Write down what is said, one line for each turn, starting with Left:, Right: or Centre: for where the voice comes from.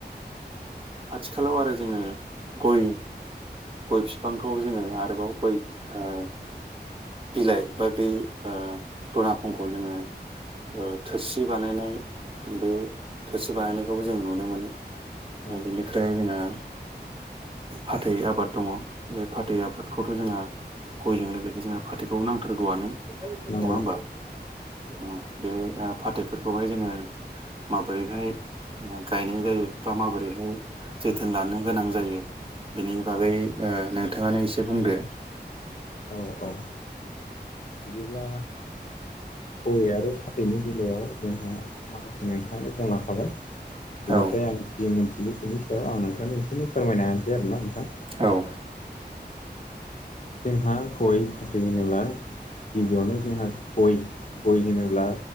Right: आथिखालाव आरो जोङो गय गय बिफांखौ जोङो आरोबाव गय ओ बिलाइ बा बे ओ दनाखंखौ जोङो ओ थोरसि बानायनाय बे थोरसि बानायनायखौबो जों नुनो मोनो
Left: औ
Right: बेनि फ्राय जोंहा फाथै आबाद दङ बे फाथै आबादखौथ' जोंहा गयजों लोगोसे जोङो फाथैखौ नांथारगौआनो। नङा
Left: नंगौ
Right: होमबा औ बे फाथैफोरखौहाय जोङो माबोरैहाय गायनाय जायो बा माबोरैहाय जोथोन लानो गोनां जायो? बिनि बागै ओ नोंथाङानो एसे बुंदो।
Left: औ औ बिदिब्ला गय आरो फाथैनि बेलायाव जोंहा माखासे नोंथाङानो बुंलांखाबाय। बेनिफ्राय
Right: औ
Left: आं जि मोनथिगौ बिनि सायाव आं नोंथांनो एसेनो फोरमायनो होनोसै आरोना नोंथां।
Right: औ
Left: जोंहा गय फाथै होनोब्ला गिबियावनो जोंहा गय गय होनोब्ला